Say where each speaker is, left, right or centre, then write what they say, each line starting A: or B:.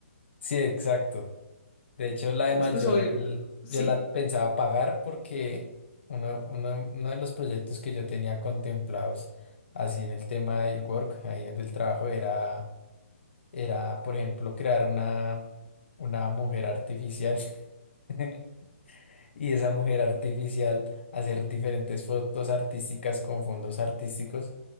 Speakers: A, on the left; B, on the left.
A: Sí, exacto. De hecho, la de
B: Entonces,
A: Miami
B: pues hoy, sí,
A: yo la pensaba pagar porque uno, uno- uno de los proyectos que yo tenía contemplados así en el tema del work, ahí en el del trabajo, era, era, por ejemplo, crear una, una mujer artificial <laughs> y esa mujer artificial hacer diferentes fotos artísticas con fondos artísticos,